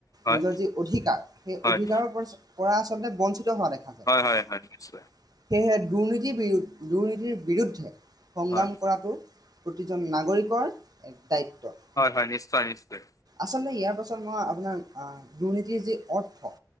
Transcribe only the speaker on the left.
হয়
হয়।
হয় হয় হয় নিশ্চয়
হয়
হয় হয় নিশ্চয় নিশ্চয়।